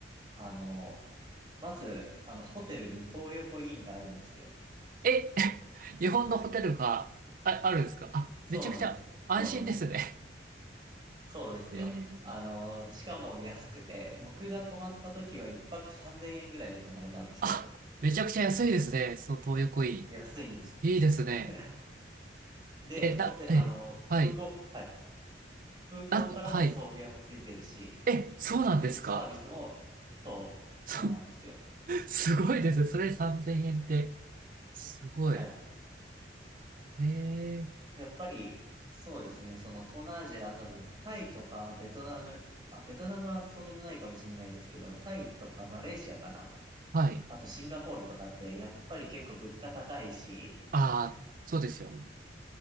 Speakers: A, on the right (about 25°); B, on the right (about 45°).
A: あの、まず、あの、ホテルに東横インがあるんですよ。
B: え、<laughs> 日本のホテルが、あ、あるんですかあ、
A: そうなんです。
B: めちゃくちゃ安心ですね。
A: そうなんです。そうですよ。
B: ええ
A: あの、しかも安くて、僕が泊まった時は一泊3000円ぐらいで泊まれたんですよ。
B: あ、めちゃくちゃ安いですね。その東横イ
A: 安いんです。
B: ン。いいですね。
A: <laughs> で、
B: え、
A: ホテ、
B: だ、え、
A: あの、空港、
B: はい。
A: はい。空港からの送迎もついてるし、
B: なんか、はい。え、そうなんですか。
A: で、サービスも、そう、そうなんですよ。
B: そ、<laughs> すごいですね。それ3000円って。すごい。
A: はい。
B: ええ
A: やっぱり、そうですね。その東南アジア、多分、タイとかベトナム、あ、ベトナムはそうでもないかもしれないですけど、タイとかマレーシアかな。
B: はい。
A: あとシンガポールとかって、やっぱり結構物価高いし、
B: ああ、そうですよね。